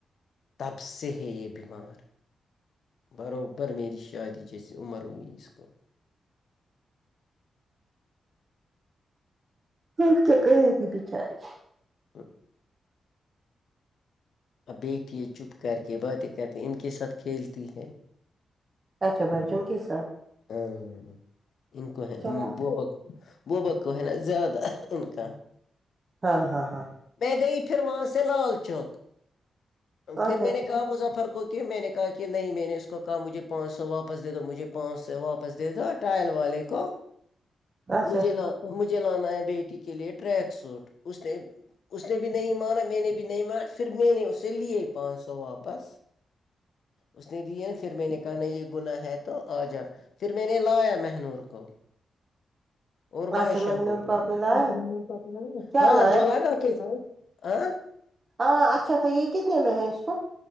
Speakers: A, on the left; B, on the right.
A: تب سے ہے یہ بمار بروبر میری شادی جیسی عمر ہوئی اس کو
B: <unintelligible> بچاری
A: ہاں اب بیٹے چپ کر کے باتیں کرتے ان کے ساتھ کھیلتی ہے
B: اچھا بچاؤ کے ساتھ
A: ہاں انکو ہے
B: چلا
A: بہت <unintelligible> ہے نا زیادہ ان کا
B: ہاں ہاں ہاں
A: میں گئی پھر وہاں سے لال چوک پھر
B: اچھا
A: میں نے کہا مظفر کو پھر میں نے کہا کہ نہیں میں نے اس کو کہا مجھ پانچ سو واپس دے دو مجھے پانچ سو واپس دے دو ٹائل والے کو
B: اچھا
A: مجھے ل وہ مجھے لانا ہے بیٹی کے لیے ٹریک سوٹ اس نے اس نے بھی نہیں مانا میں نے بھی نہیں مانا پھر میں نے اسے لیے پانچ سو واپس اس نے دیے پھر میں نے کہا نی یہ گناہ ہے تو آ جاؤ پھر میں نے لایا مہنور کو اور مائشہ
B: اچھا مہنور
A: کو بھی
B: آپ نے لایا
A: <unintelligible>
B: کیا
A: ہاں
B: لایا
A: جو لگا ہاں
B: ہاں اچھا اھا یہ کتنے میں ہے اس کو